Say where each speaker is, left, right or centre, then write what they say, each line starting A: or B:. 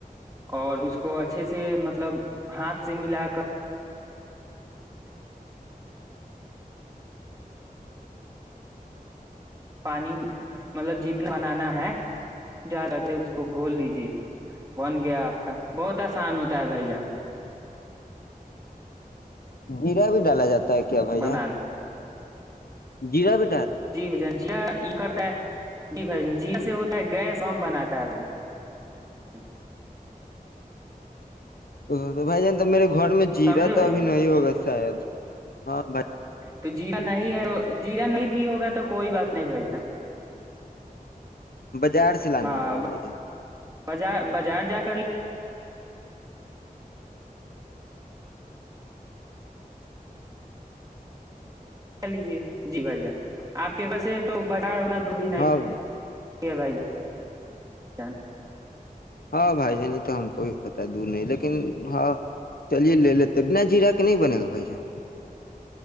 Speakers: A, on the right; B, on the left.
A: اور اس کو اچھے سے مطلب ہاتھ سے ملا کر پانی مطلب جتنا بنانا ہے جا رہ تھ اس کو گھول لیجیے بن گیا آپ کا بہت آسان ہوتا ہے بھائی جان
B: گرا بھی ڈالا جاتا ہے بت کیا بھائی
A: بنانا
B: ج جیرا ب
A: جی بان ج کرتا ہے ڈ جی سے ہوتا ہے گیس بناتا ہے
B: ا تو بھائی جان تو میرے کو گھر میں جیرا
A: سمجھے بھائی
B: تو ابھی
A: جان
B: نہیں ہوگا شاید ہاں بھائی
A: تو جیرا نہیں ہے جیرا نہیں بھی ہوگا تو کوئی بات نہیں بھائی جان
B: بازار سے لانا
A: ہاں
B: ہوگا بھائی ج
A: بازار بازار جا کر کہ لیجیے جی بھائی جان آپ کے گھر سے تو بازار انا دب ہی نہیں
B: ہاں بھائی
A: ٹھ ہے بھائی جان جان
B: ہاں بھائی جان یہ تو ہم کو بھی پت ہے دور نہیں لیکن ہاں چلیے لے لیتے بنا جیرا کے نہیں بنے گا بھائی جان